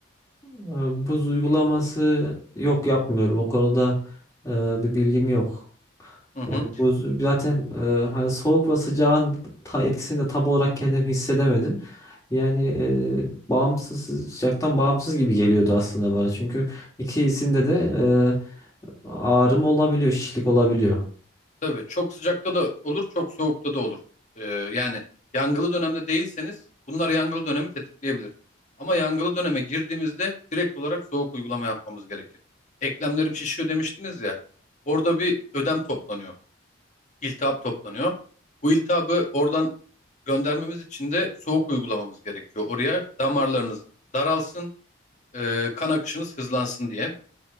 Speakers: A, on the left (about 15°); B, on the left (about 35°).
A: Eee, buz uygulaması yok yapmıyorum. O konuda eee, bir bilgim yok.
B: Hı hı.
A: Yani buz zaten eee, hani soğuk ve sıcağın ta etkisini de tam olarak kendim hissedemedim. Yani eee, bağımsız sıcaktan bağımsız gibi geliyordu aslında bana. Çünkü ikisinde de Ağrım olabiliyor, şişlik olabiliyor.
B: Tabii çok sıcakta da olur, çok soğukta da olur. Ee, yani yangılı dönemde değilseniz bunlar yangılı dönemi tetikleyebilir. Ama yangılı döneme girdiğimizde direkt olarak soğuk uygulama yapmamız gerekir. Eklemlerim şişiyor demiştiniz ya. Orada bir ödem toplanıyor. iltihap toplanıyor. Bu iltihabı oradan göndermemiz için de soğuk uygulamamız gerekiyor. Oraya damarlarınız daralsın, e, kan akışınız hızlansın diye.